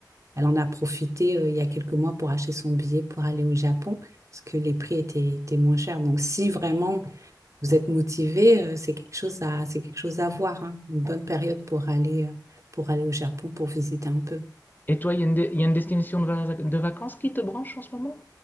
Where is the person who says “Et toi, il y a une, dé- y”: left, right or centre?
Left